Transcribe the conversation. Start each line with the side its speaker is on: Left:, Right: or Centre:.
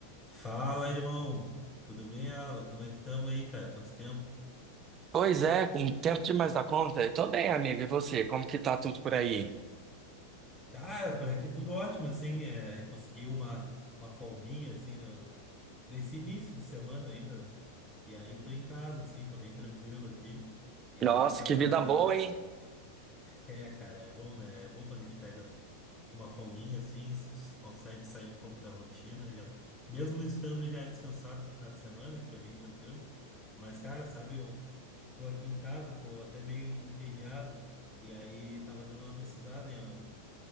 Left: Fala, irmão. Tudo bem, Alan? Como é que estamos aí, cara? Quanto tempo?
Right: Pois é, com tempo demais da conta. Tô bem, amigo. E você? Como que tá tudo por aí?
Left: Cara, por aqui tudo ótimo, assim. É, consegui uma, uma folguinha, assim, no- nesse início de semana ainda. E aí tô em casa, assim, tô bem tranquilo aqui. E
Right: Nossa,
Left: aí tava...
Right: que vida boa, hein?
Left: É, cara, é bom, né? É bom quando a gente pega uma folguinha assim, s- consegue sair um pouco da rotina, já, mesmo estando já descansado no final de semana, que foi bem tranquilo. Mas, cara, sabe, eu tô aqui em casa, tô até meio entediado, e aí tava dando uma pesquisada em ah, eu